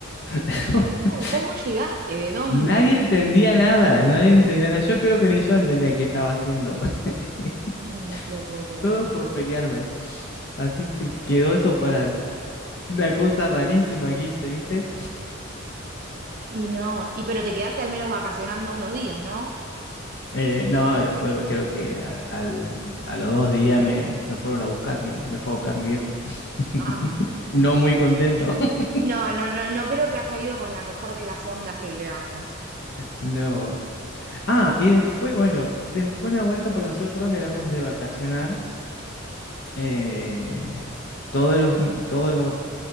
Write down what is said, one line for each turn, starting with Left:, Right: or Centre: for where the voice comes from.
Left: <laughs>
Right: Claro, ¿cómo llegaste? ¿De dónde?
Left: Nadie entendía nada, nadie entendía nada. Yo creo que ni yo entendía qué estaba haciendo. <laughs>
Right: No, no te lo puedo creer.
Left: Todo por pelearme. Así que quedó eso para una cosa rarísima que hice, ¿viste?
Right: Y no, y pero te quedaste al menos vacacionando unos días, ¿no?
Left: Eh, no, después creo que a, al- a los dos días me, me fueron a buscar, mi, me fue a buscar mi viejo. <laughs>
Right: Ah, bueno.
Left: No muy contento. <laughs>
Right: No, no, no, no creo que haya ido con la mejor de las ondas que digamos.
Left: No. Ah, y después, bueno, después una vuelta porque nosotros éramos de vacacionar. eh, todos los, mm, todos los,